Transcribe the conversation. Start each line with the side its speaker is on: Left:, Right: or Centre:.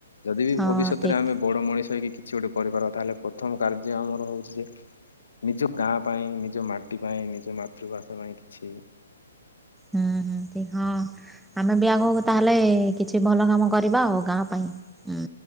Left: ଯଦି ବି
Centre: ହଁ
Left: ଭବିଷ୍ୟତରେ
Centre: ଠିକ୍।
Left: ଆମେ ବଡ ମଣିଷ ହେଇକି କିଛି ଗୋଟେ କରିପାରବା ତାହେଲେ ପ୍ରଥମ କାର୍ଯ୍ୟ ଆମର ହଉଛି ଯେ ନିଜ ଗାଁ ପାଇଁ ନିଜ ମାଟି ପାଇଁ ନିଜ ମାତୃଭାଷା ପାଇଁ କି ଛି
Centre: ହୁଁ ହୁଁ ଠିକ ହଁ ଆମେ ବି ଆଗ ତାହେଲେ କିଛି ଭଲ କାମ କରିବା ଆଉ ଗାଁ ପାଇଁ ହୁଁ